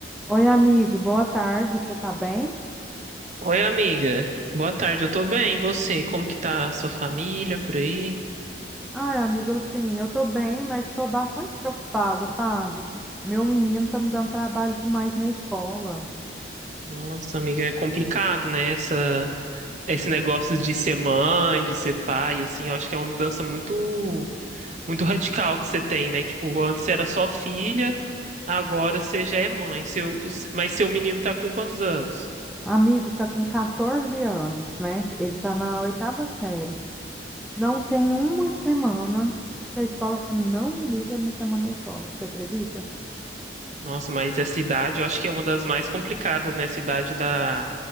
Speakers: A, in the centre; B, on the right.
A: Oi, amigo, boa tarde, você tá bem?
B: Oi, amiga. Boa tarde, eu tô bem. E você? Como que tá a sua família por aí?
A: Ai, amigo, assim, eu tô bem, mas tô bastante preocupada, sabe? Meu menino tá me dando trabalho demais na escola.
B: Nossa, amiga, é complicado, né? Essa, esse negócio de ser mãe, de ser pai, assim, eu acho que é uma mudança muito, muito radical que você tem, né? Tipo, antes você era só filha, agora você já é mãe. Seu, mas seu menino tá com quantos anos?
A: Amigo, tá com 14 anos, né? Ele tá na oitava série. Não tem uma semana que a escola não me liga me chamando na escola, você acredita?
B: Nossa, mas essa idade eu acho que é uma das mais complicadas, né? Essa idade da,